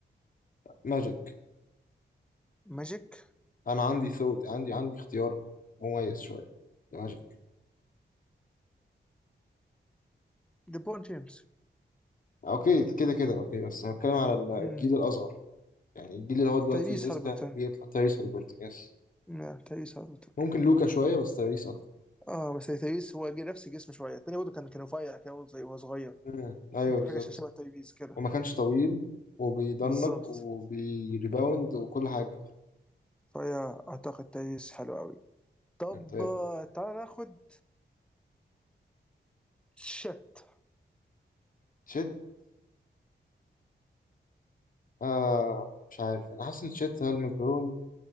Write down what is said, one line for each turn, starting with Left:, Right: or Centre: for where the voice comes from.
Left: ماجيك
Centre: ماجيك
Left: انا عندي ثوت عندي عندي اختيار مميز شويه ماجيك
Centre: ليبرون جيمس
Left: اوكي كده كده اوكي بس هنتكلم على
Centre: امم
Left: الجيل الاصغر يعني الجيل اللي هو دلوقتي
Centre: تايريس
Left: لسه
Centre: هالبرتون
Left: بيطلع تايريس هاليبرتون يس
Centre: لا تايريس هالبرتون
Left: ممكن لوكا شويه بس تايريس اكتر
Centre: اه بس تايريس هو جه نفس الجسم شويه التاني برضه كان كان رفيع كده برضه زي وهو صغير
Left: مم. ايوه
Centre: كان
Left: بالظبط
Centre: حاجه شبه تايريس كده
Left: وما كانش طويل وبيضنك
Centre: بالظبط
Left: وبيريباوند وكل حاجه
Centre: فيا اعتقد تايريس حلو قوي طب
Left: يعني تاير-
Centre: آه، تعال ناخد شت
Left: تشيت آه مش عارف يعني حاسس ان تشيت هالمجنون